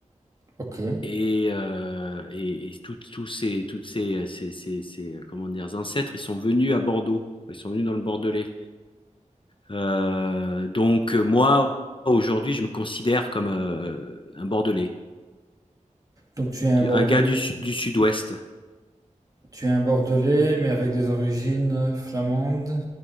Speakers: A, on the right; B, on the left.
A: Ok.
B: Et, euh, et, et toutes- tous ces, toutes ces, ces, ces, ces, euh, comment dire, ancêtres, ils sont venus à Bordeaux. Ils sont venus dans le Bordelais. Euh, donc euh, moi, aujourd'hui, je me considère comme euh, un Bordelais.
A: Donc tu es un
B: Du-
A: bordelais,
B: un gars du, su- du sud-ouest.
A: Tu es un Bordelais, mais avec des origines flamandes,